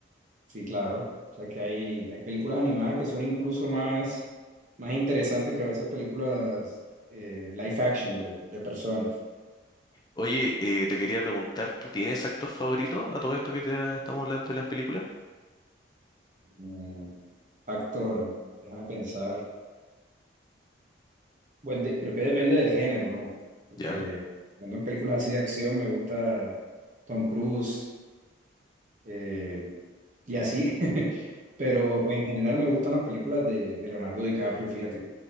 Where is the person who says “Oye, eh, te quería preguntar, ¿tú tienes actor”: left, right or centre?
Left